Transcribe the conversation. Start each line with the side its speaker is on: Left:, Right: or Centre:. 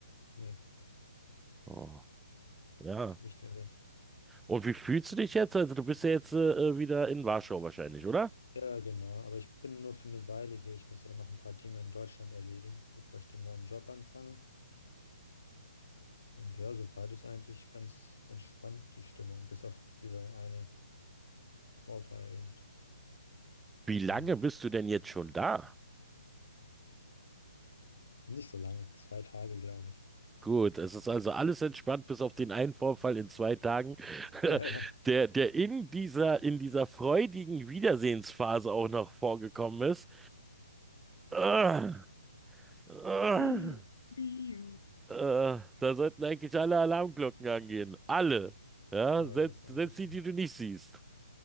Left: nee,
Centre: Oh. Ja.
Left: gebe ich dir recht.
Centre: Und wie fühlst du dich jetzt? Also du bist ja jetzt äh, äh, wieder in Warschau wahrscheinlich, oder?
Left: Ja, genau. Aber ich bin nur für eine Weile hier. Ich muss ja noch ein paar Dinge in Deutschland erledigen, bevor ich den neuen Job anfange. Und ja, soweit ist eigentlich ganz entspannt die Stimmung, bis auf dieser eine Vorfall eben.
Centre: Wie lange
Left: Ähm,
Centre: bist du denn jetzt schon da?
Left: nicht so lange, zwei Tage, glaube ich.
Centre: Gut, es ist also alles entspannt, bis auf den einen Vorfall in zwei Tagen, <laughs>
Left: <laughs> Ja, ja.
Centre: der, der in dieser, in dieser freudigen Wiedersehensphase auch noch vorgekommen ist. Äh, äh,
Left: Iu, iu.
Centre: äh, da sollten eigentlich alle Alarmglocken angehen. Alle. Ja,
Left: Ja,
Centre: selbst,
Left: du hast eigentlich
Centre: selbst die,
Left: recht.
Centre: die du nicht siehst.